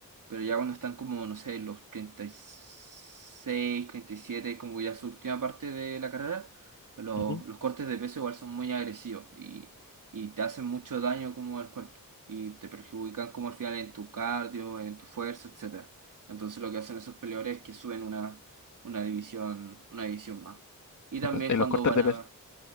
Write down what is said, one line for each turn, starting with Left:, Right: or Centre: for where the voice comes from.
Right: pero ya cuando están como, no sé, los treinta treinta y seis treinta y siete como ya su última parte de la carrera, los,
Left: Ujú.
Right: los cortes de peso igual son muy agresivos y, y te hacen mucho daño como al cuerpo y te perjudican como al final en tu cardio, en tu fuerza, etcétera. Entonces lo que hacen esos peleadores es que suben una, una división, una división más. Y también
Left: Los eh,
Right: cuando
Left: los cortes
Right: van
Left: de
Right: a
Left: peso.